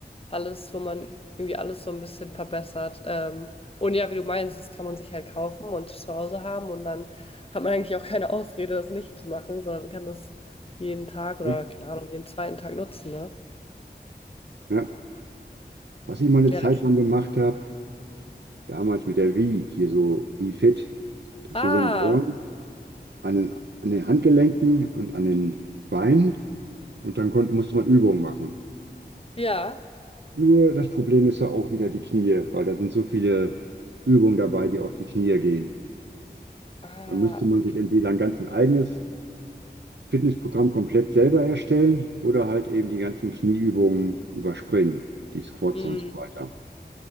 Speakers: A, on the left (about 35°); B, on the right (about 85°).
A: alles, wo man irgendwie alles so ein bisschen verbessert. Ähm, und ja, wie du meinst, das kann man sich halt kaufen und zu Hause haben und dann hat man eigentlich auch keine Ausrede, das nicht zu machen, sondern kann das jeden Tag oder
B: Ja.
A: keine Ahnung, jeden zweiten Tag nutzen, ne?
B: Ja. Was ich mal eine
A: Ja.
B: Zeit lang gemacht habe, damals mit der Wii, hier so Wii Fit, das
A: Ah,
B: sind Sensoren an den, an den Handgelenken und an den Beinen und dann konnte, musste man Übungen machen.
A: ja.
B: Nur das Problem ist ja auch wieder die Knie, weil da sind so viele Übungen dabei, die auf die Knie gehen.
A: Ah,
B: Da müsste man sich entweder ein ganz eigenes Fitnessprogramm komplett selber erstellen oder halt eben die ganzen Knieübungen überspringen, die Squats
A: hm.
B: und so weiter.